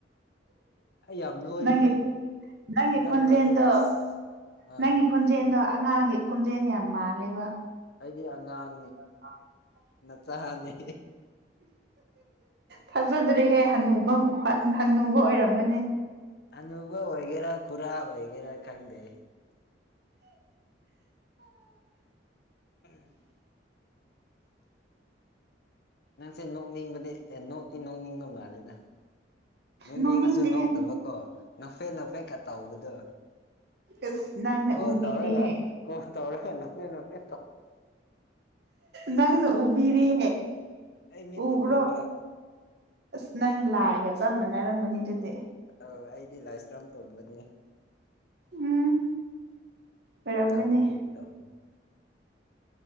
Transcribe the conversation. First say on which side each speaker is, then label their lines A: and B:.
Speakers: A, on the left; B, on the right.
A: ꯑꯩ ꯌꯥꯝ ꯅꯣꯏꯅꯦ
B: ꯅꯪꯒꯤ ꯅꯪꯒꯤ
A: ꯑꯟꯗꯔ
B: ꯈꯣꯟꯖꯦꯜꯗꯣ
A: ꯃꯁꯤ ꯑꯁ ꯑꯥ
B: ꯅꯪꯒꯤ ꯈꯣꯟꯖꯦꯜꯗꯣ ꯑꯉꯥꯡꯒꯤ ꯈꯣꯟꯖꯦꯜ ꯌꯥꯝ ꯃꯥꯜꯂꯦꯕ
A: ꯑꯩꯗꯤ ꯑꯉꯥꯡ
B: <inaudible>
A: ꯅ ꯆꯍꯅꯤ
B: ꯊꯥꯖꯗ꯭ꯔꯦꯍꯦ ꯍꯕ ꯍꯟꯅꯨꯕ ꯑꯣꯏꯔꯝꯒꯅꯤ
A: ꯑꯅꯨꯧꯕ ꯑꯣꯏꯒꯦꯔꯥ ꯈꯨꯔꯥ ꯑꯣꯏꯒꯦꯔꯥ ꯈꯪꯗꯦ ꯎꯝ ꯅꯪꯁꯦ ꯅꯣꯛꯅꯤꯡꯕꯗꯤ ꯑꯦ ꯅꯣꯛꯇꯤ ꯅꯣꯛꯅꯤꯡꯕ ꯃꯥꯜꯂꯦꯗ ꯅꯅꯨꯡ
B: ꯅꯣꯛꯅꯤꯡꯗꯦꯍꯦ
A: ꯌꯦꯡꯉꯁꯨ ꯅꯣꯛꯇꯕꯀꯣ ꯅꯐꯦꯠ ꯅꯐꯦꯠ ꯀ ꯇꯥꯎꯕꯗꯣ
B: ꯑꯁ ꯅꯪꯅ
A: ꯀꯣꯜ
B: ꯎꯕꯤꯔꯦꯍꯦ
A: ꯇꯧꯔꯒ ꯀꯣꯜ ꯇꯧꯔꯒ ꯅꯄꯤꯦ ꯅꯄꯤꯦ ꯇ
B: ꯅꯪꯅ ꯎꯕꯤꯔꯤꯍꯦ
A: ꯑꯩ ꯃꯤꯠꯇ
B: ꯎꯕ꯭ꯔꯣ
A: ꯎꯏꯌꯦꯕ
B: ꯑꯁ ꯅꯪ ꯂꯥꯏꯒ ꯆꯞ ꯃꯥꯟꯅꯔꯝꯃꯅꯤ ꯑꯗꯨꯗꯤ
A: ꯑꯧ ꯑꯩꯗꯤ ꯂꯥꯏꯁ꯭ꯔꯝ ꯇꯣꯝꯕꯅꯤ
B: ꯎꯝ ꯑꯣꯏꯔꯝꯒꯅꯤ
A: ꯑꯩ ꯆꯕꯅꯦ ꯐꯒꯤ ꯇꯕꯅꯤ